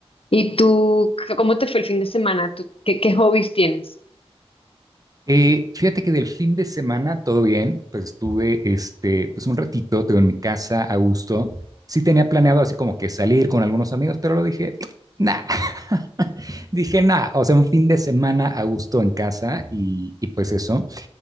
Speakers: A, on the left (about 60°); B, on the right (about 35°).
A: ¿Y tú, c- cómo te fue el fin de semana? ¿Tú, qué, qué hobbies tienes?
B: Eh, fíjate que del fin de semana todo bien, pues estuve este, pues un ratito, tengo en mi casa a gusto. Sí tenía planeado así como que salir con algunos amigos, pero lo dije, nah, <laughs> dije nah, o sea, un fin de semana a gusto en casa y, y pues eso.